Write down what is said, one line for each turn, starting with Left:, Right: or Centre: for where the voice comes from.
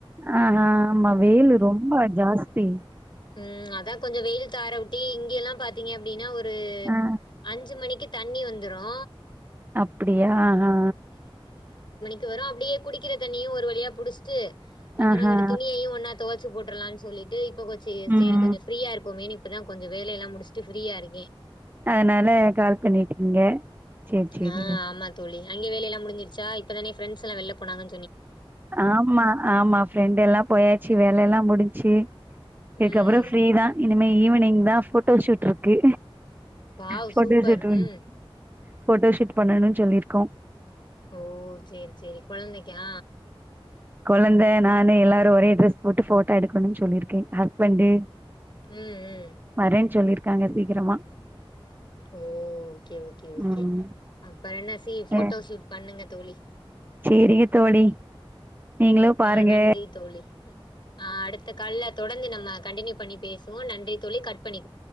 Right: ஆ ஆ ஆமா வெயிலு ரொம்ப ஜாஸ்தி
Left: ம் அதா கொஞ்சோ வெயில் தார உட்டி இங்கெல்லா பாத்தீங்க அப்டினா ஒரு ரு
Right: ஆ
Left: அஞ்சு மணிக்கு தண்ணி வந்துரோ
Right: அப்பிடியா ஆ
Left: து வரு அப்டியே குடிக்கிற தண்ணியு ஒரு வழியா புடுஸ்ட்டு அப்புறோ
Right: ஆஹா
Left: அங்குட துணியையு ஒண்ணா துவ ச்சு போட்டுறலா சொல்லிட்டு இப்ப கொஞ் செரி
Right: ம்
Left: செரி கொஞ்சோ
Right: ம்
Left: ஃப்ரீயா இருப்போமேனிவு இப்பதா கொஞ்சோ வேலை எல்லா முடிச்சுட்டு ஃப்ரீயா இருக்கே
Right: அத்னால கால் பண்ணிட்டீங்க சேரி சேரி
Left: ஆ ஆமா தோழி அங்கே வேலையெல்லா முடிஞ்சிருசா இப்பதானே ஃப்ரெண்ட்ஸ் எல்லா வெள்ல போனாங்க
Right: ஆமா ஆமா ஃப்ரெண்ட் எல்லா போயாச்சு வேலை எல்லா முடிஞ்ச்சு இதுக்கப்புறோ
Left: ம்
Right: ஃப்ரீதா இனிமே ஈவினிங் தா ஃபோட்டோ ஷூட்ருக்கு
Left: வாவ்
Right: ஃபோட்டோ
Left: சூப்பர்
Right: ஷூட்
Left: ம்
Right: ஃபோட்டோ ஷூட் பண்ணனும் சொல்லியிருக்கோ
Left: ஓ சேரி சேரி குழந்தைக்கா
Right: குழந்த நானு எல்லாரும் ஒரே ட்ரெஸ் போட்டு ஃபோட்டோ எடுக்கணும்னு சொல்லிருக் க்கு ஹஸ்பன்ட்டு
Left: ம், ம்.
Right: வரேன்னு சொல்லிருக் காங்க சீக்கிரமா
Left: ஓ ஓகே ஓகே ஓகே
Right: ம்
Left: அப்ப என்ன சி
Right: சே
Left: ஃபோட்டோ ஷூட் பண்ணுங்க தோழி
Right: சேரிங்க தோழி நீங்களு பாருங்க
Left: ஆ நன்றி தோழி ஆ அடுத்த கால்ல தொடந்து நம்ம கண்டினியூ பண்ணி பேசுவோம் நன்றி தோழி கட் பண்ணி